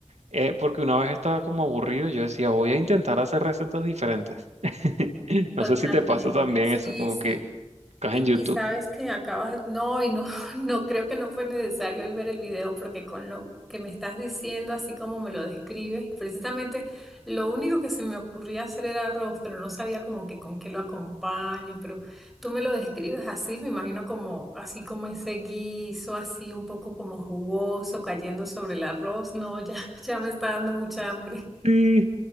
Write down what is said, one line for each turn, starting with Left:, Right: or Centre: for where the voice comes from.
Right: eh, porque una vez estaba como aburrido y yo decía, voy a intentar hacer recetas diferentes. <laughs>
Centre: totalmente.
Right: No sé si te pasa también
Centre: Sí,
Right: eso, como
Centre: sí.
Right: que estás
Centre: Y,
Right: en YouTube.
Centre: y sabes que acabas, no, y no, <laughs> no creo que no fue necesario hoy ver el video porque con lo que me estás diciendo, así como me lo describes, precisamente lo único que se me ocurría hacer era arroz, pero no sabía como que con qué lo acompaño, pero tú me lo describes así, me imagino como, así como ese guiso, así un poco como jugoso, cayendo sobre el arroz, no, ya, <laughs> ya me está dando mucha hambre.
Right: Sí.